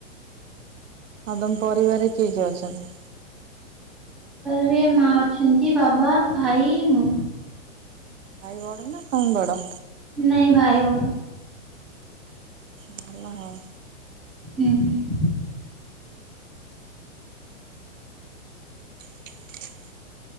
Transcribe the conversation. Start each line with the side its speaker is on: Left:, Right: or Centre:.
Right: ଆଉ ତମ ପରିବାରରେ କିଏ କିଏ ଅଛନ୍ତି?
Centre: ରେ ମା ଅଛନ୍ତି ବାବା, ଭାଇ, ମୁଁ।
Right: ଭାଇ ବଡ ନା ତମେ ବଡ?
Centre: ନାଇଁ ଭାଇ ବଡ।
Right: ଭଲ ଆଉ।
Centre: ହୁଁ ହୁଁ।
Right: ହ <inaudible>